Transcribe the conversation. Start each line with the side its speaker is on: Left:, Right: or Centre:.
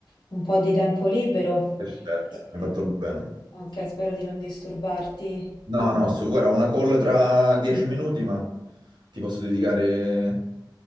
Left: un po' di tempo libero.
Right: Perfetto, hai fatto
Left: Ehm,
Right: bene.
Left: ok, spero di non disturbarti.
Right: No, no, su, guarda, ho una call tra dieci minuti, ma ti posso dedicare